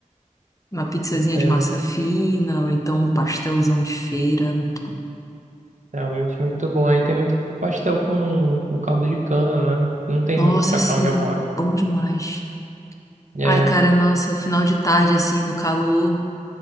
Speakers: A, on the left; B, on the right.
A: Uma pizzazinha
B: É
A: de massa fina, ou então um pastelzão de feira, muito bom.
B: realmente muito bom. Aí tem muito pastel com, com caldo de cana, né? Não tem
A: Nossa,
B: muito pra
A: sim,
B: cá onde eu moro.
A: bom demais.
B: É,
A: Ai, cara, nossa, final de tarde, assim, no calor,